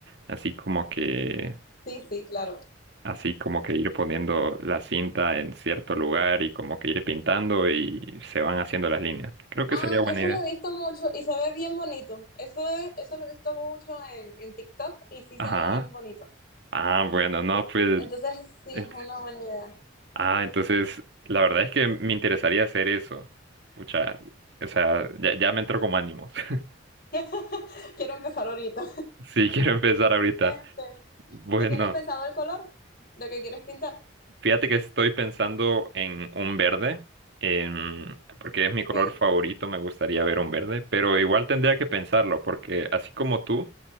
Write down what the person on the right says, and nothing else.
Así como que...
Así como que ir poniendo la cinta en cierto lugar y como que ir pintando y se van haciendo las líneas. Creo que
sería buena
idea.
Ajá.
Ah, bueno, no, pues...
en-
Ah, entonces, la verdad es que me interesaría hacer eso. Pucha, o sea, ya, ya me entró como ánimos. <laughs>
Sí, quiero empezar ahorita.
Bueno,
fíjate que estoy pensando en un verde, em, porque es mi
color favorito, me gustaría ver un verde, pero igual tendría que pensarlo, porque así como tú...